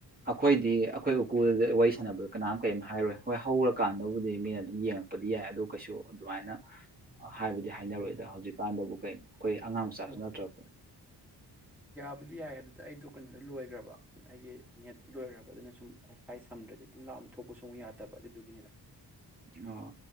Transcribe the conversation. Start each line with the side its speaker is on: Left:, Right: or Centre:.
Right: ꯑꯩꯈꯣꯏꯗꯤ ꯑꯩꯈꯣꯏ ꯁ꯭ꯀꯨꯜ ꯋꯥꯔꯤ ꯁꯥꯟꯅꯕꯗ ꯀꯅꯥꯝ ꯀꯔꯤꯝ ꯍꯥꯏꯔꯣꯏ ꯍꯣꯏ ꯍꯧꯔꯀꯥꯟꯗꯕꯨꯗꯤ ꯃꯤꯅ ꯑꯗꯨꯝ ꯌꯦꯡꯉꯛꯄꯗꯤ ꯌꯥꯏ ꯑꯗꯨꯣ ꯀꯩꯁꯨ ꯑꯗꯨꯃꯥꯏꯅ ꯍꯥꯏꯕꯗꯤ ꯍꯥꯏꯅꯔꯣꯏꯗ ꯍꯧꯖꯤꯛꯀꯥꯟꯗꯕꯨ ꯀꯩ ꯑꯩꯈꯣꯏ ꯑꯉꯥꯡ ꯃꯆꯥꯁꯨ
Centre: ꯑꯣ
Right: ꯅꯠꯇ꯭ꯔꯕ
Centre: ꯑꯗꯨꯗꯤ ꯌꯥꯏꯌꯦ ꯑꯗꯨꯗ ꯑꯩꯗꯣ ꯀꯩꯅꯣꯗꯣ ꯂꯣꯏꯈ꯭ꯔꯕ ꯑꯩꯒꯤ ꯅꯦꯠꯇꯨ ꯂꯣꯏꯈ꯭ꯔꯕ ꯑꯗꯨꯅ ꯁꯨꯝ ꯋꯥꯏ ꯐꯥꯏ ꯁꯝꯗ꯭ꯔꯗꯤ ꯂꯥꯞꯅ ꯊꯣꯛꯄ ꯁꯨ ꯌꯥꯗꯕ ꯑꯗꯨꯗꯨꯒꯤꯅꯤꯗ
Right: ꯑꯥ